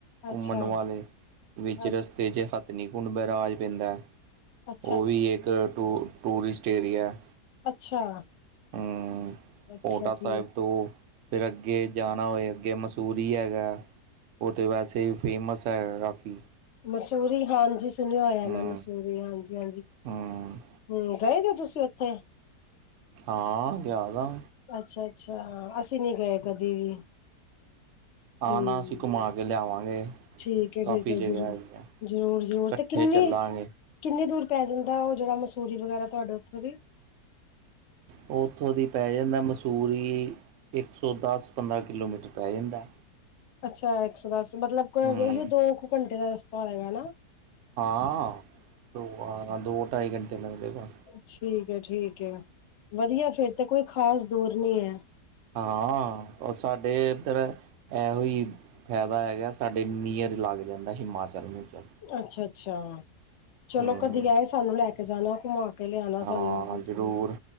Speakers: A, on the left; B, on the right.
A: ਅੱਛਾ
B: ਘੁੰਮਣ ਵਾਲੇ ਵਚਰਸ
A: ਅੱਛਾ-ਅੱਛਾ-ਅੱਛਾ-ਅੱਛਾ
B: ਰਸਤੇ 'ਚ ਹੱਤ ਨ ਕੁੁੰਡ ਰਾਜ ਪੈਂਦਾ
A: ਅੱਛਾ
B: ਉਹ ਵੀ ਇੱਕ ਟੂਰ ਟੂਰਿਸਟ ਏਰੀਆ
A: ਅੱਛਾ
B: ਹਮ
A: ਅੱਛਾ
B: ਪਟਾ
A: ਠੀਕ
B: ਸਾਹਿਬ ਤੋਂ ਫਿਰ ਅੱਗੇ ਜਾਣ ਹੋਏ ਅੱਗੇ ਮਸੂਰੀ ਹੈਗਾ ਉਹ ਤਾਂ ਵੈਸੇ ਹੀ ਫੇਮਸ ਹੈਗਾ ਕਾਫੀ
A: ਮਸੂਰੀ ਹਾਂਜੀ ਸੁਣਿਆ ਹੋਇਆ
B: ਹੂੰ
A: ਮੈਂ ਮਸੂਰੀ ਹਾਂਜੀ ਹਾਂਜੀ
B: ਹੂੰ
A: ਹੂੰ। ਗਏ ਦੇ ਓ ਤੁਸੀ ਓਥੇ?
B: ਹਾਂ ਗਿਆ ਦਾਂ।
A: ਅੱਛਾ ਅੱਛਾ ਅਸੀਂ ਨੀ ਗਏ ਕਦੀ ਵੀ
B: ਆਾਂ
A: ਹੂੰ
B: ਨਾ ਅਸੀਂ ਘੁਮਾ ਕੇ ਲਿਆਵਾਂਗੇ
A: ਠੀਕ ਹੈ ਠੀਕ
B: ਕਾਫੀ
A: ਹੈ
B: ਜਗ੍ਹਾ
A: ਜ਼ਰੂਰ
B: ਹੈਗੀ ਆ
A: ਜ਼ਰੂਰ ਜ਼ਰੂਰ
B: ਇਕੱਠੇ
A: ਤੇ ਕਿੰਨੇ
B: ਚੱਲਾਂਗੇ
A: ਕਿੰਨੀ ਦੂਰ ਪੈ ਜਾਂਦਾ ਉਹ ਜਿਹੜਾ ਮਸੂਰੀ ਵਗੈਰਾ ਤੁਹਾਡੇ ਉੱਥੋਂ ਦੀ
B: ਉਹ ਉੱਥੋਂ ਦੀ ਪੈ ਜਾਂਦਾ ਮਸੂਰੀ ਇੱਕ ਸੌ ਦਸ ਪੰਦਰਾਂ ਕਿਲੋਮੀਟਰ ਪੈ ਜਾਂਦਾ
A: ਅੱਛਾ ਇੱਕ ਸੌ ਦਸ ਮਤਲਬ
B: ਹੂੰ
A: ਇ ਦੋ ਕੁ ਘੰਟੇ ਦਾ ਰਸਤਾ ਹੋਏਗਾਾ
B: ਹਾਂ ਆ ਦੋ ਢਾਈ ਘੰਟੇ ਲਗਦੇ ਬਸ
A: ਠੀਕ ਹੈ ਠੀਕ ਹੈ ਵਧੀਆ ਫਿਰ ਤੇ ਕੋਈ ਖ਼ਾਸ ਦੂਰ ਨੀ ਹੈ।
B: ਹਾਂ ਸਾਡੇ ਇੱਧਰ ਇਹੋ ਹੀ ਫਾਇਦਾ ਹੈਗਾ ਸਾਡੇ ਨੀਅਰ ਲੱਗ ਜਾਂਦਾ ਹਿਮਾਚਲ ਮੂਚਲ
A: ਅੱਛਾ ਅੱਛਾ ਚਲੋ
B: ਹੂੰ
A: ਕਦੀ ਆਏ ਸਾਨੂੰ ਲੈ ਕੇ ਜਾਣਾ ਘੁੰਮਾ ਕੇ ਲਿਆਣਾ
B: ਹਾਂ
A: ਸਾਨੂੰ ਵੀ
B: ਜ਼ਰੂਰ